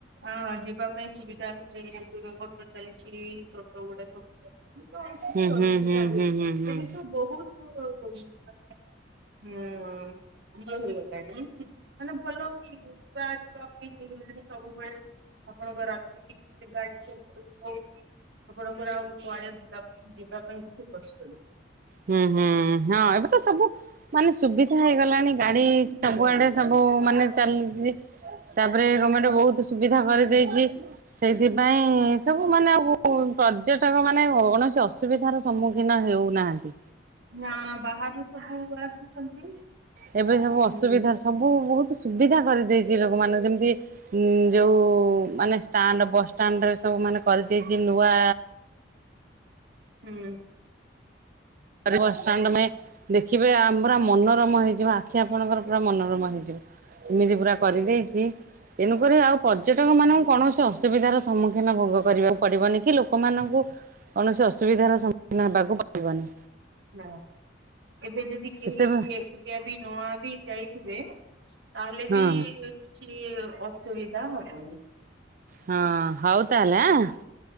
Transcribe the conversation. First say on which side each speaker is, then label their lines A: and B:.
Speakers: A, on the right; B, on the right.
A: ଆ ଯିବା ପାଇଁ ସୁବିଧା ହଉଛି ଯେମତି ଟୋଟୋ ଚାଲିଛି, ଟୋଟୋ ଗୁଡ଼ା ସବୁ ଚା ଏବେ ତ କିଛି
B: ହୁଁ
A: ଅସୁବିଧା
B: ହୁଁ ହୁଁ
A: ନାହିଁ।
B: ହୁଁ ହୁଁ ହୁଁ।
A: ଏବେ ତ ବହୁତ <unintelligible> ହୁଁ <unintelligible> ମାନେ ଭଲଇ ଯିବା ଆସିବା ପାଇଁ ହେଇଗଲାଣି ସବୁ ପାଇଁ ଆପଣଙ୍କ ରାତି ବି ଗାଡ଼ି ସବୁ ରହିଛି? ଆପଣଙ୍କର ଆଉ କୁଆଡେ ବୁଲାବୁଲି ଯିବା ପାଇଁ କିଛି କଷ୍ଟ ନାହିଁ।
B: ହୁଁ ହୁଁ ହଁ ଏବେ ତ ସବୁ, ମାନେ ସୁବିଧା ହେଇଗଲାଣି ଗାଡି
A: ସୁବିଧା
B: ସବୁଆଡେ
A: ହେଇଗଲାଣି।
B: ସବୁ ମାନେ ଚାଲିଚି। ତାପରେ ଗଭର୍ଣ୍ଣମେଣ୍ଟ ବହୁତ ସୁବିଧା କରିଦେଇଚି। ସେଇଥିପାଇଁ ସବୁ ମାନେ ଆ ପର୍ଯ୍ୟଟକ ମାନେ କୌଣସି ଅସୁବିଧାର ସମ୍ମୁଖୀନ, ହେଉନାହାନନ୍ତି।
A: ନା ବାହାରୁ ସବୁ ଆସୁଛନ୍ତି
B: ଏବେ ସବୁ ଅସୁବିଧା
A: ହୁଁ
B: ସବୁ ବହୁତ୍, ସୁବିଧା କରିଦେଇଛି ଲୋକମାନଙ୍କୁ ଯେମିତି ଯଉ ମାନେ ଷ୍ଟାଣ୍ଡ ବସଷ୍ଟାଣ୍ଡ ରେ ସବୁ ମାନେ କରିଦେଇଛି ନୂଆ,
A: ହୁଁ।
B: ଆରେ ବସ୍ ଷ୍ଟାଣ୍ଡମେ ଦେଖିବେ ଆମ ପୁରା ମନୋରମ ହେଇଯିବ ଆଖି ଆପଣଙ୍କର ପୁରା ମନୋରମ ହେଇଯିବ। ଏମିତି ପୁରା କରିଦେଇଚି ତେଣୁକରି ଆଉ ପର୍ଯ୍ୟଟକ ମାନଙ୍କୁ କୌଣସି ଅସୁବିଧାର ସମ୍ମୁଖୀନ ଭୋଗ କରିବାକୁ ପଡ଼ିବନି କି ଲୋକମାନଙ୍କୁ, କୌଣସି ଅସୁବିଧାର ସମ୍ମୁଖୀନ ହେବାକୁ ପଡିବନି।
A: ନା ଏବେ ଯଦି କେହି
B: ସେତେବେଳେ
A: ଏକୁଟିଆ ବି ନୂଆ ବି ଯାଇଥିବେ, ତାହେଲେ
B: ହଁ
A: ବି କିଛି ଅସୁବିଧା ହବନି।
B: ହଁ ହଉ ତାହେଲେ ଆଁ।